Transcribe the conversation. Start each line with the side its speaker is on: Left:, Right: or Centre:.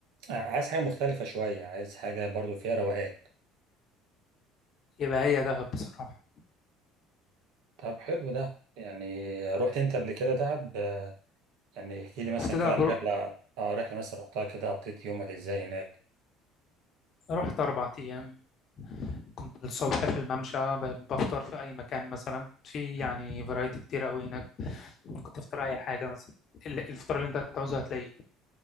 Right: عايز حاجه مختلفه شويه عايز حاجه برضه فيها روقان
Left: يبقى هي دهب بصراحة
Right: طب حلو ده يعني رحت انت قبل كده دهب آه، يعني احكي لي مثلا
Left: رحت دهب
Right: كده عن
Left: رو...
Right: رحله اه رحله مثلا رحتها كده قضيت يومك ازاي هناك
Left: رحت أربع أيام كنت الصبح في الممشى ب- بفطر في أي مكان مثلا في يعني فرايتي كتير أوي هناك ممكن تفطر أي حاجة مثلا ال- الفطار اللي أنت هتعوزه هتلاقيه